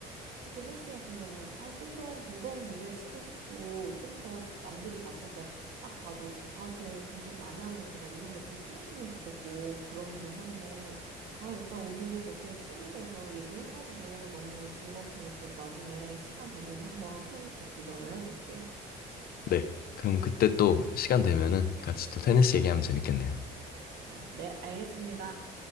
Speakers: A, on the right; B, on the left.
A: 특히 헬스 같은 경우는 아, 좀 더 무거운 무게 치고 싶고 좀 더 남들이 봤을 때 딱 봐도 아, 쟤 운동 많이 하는구나 이런 게 좀 티났으면 좋겠고 그러기는 한데 아, 일단 오늘 이렇게 취미에 대해서 얘기해가지고 너무 즐거웠으면 저 나중에 시간 되면 한번 테니스 도전을 해볼게요.
B: 네. 그럼 그때 또 시간 되면은 같이 또 테니스 얘기하면 재밌겠네요.
A: 아, 네, 알겠습니다.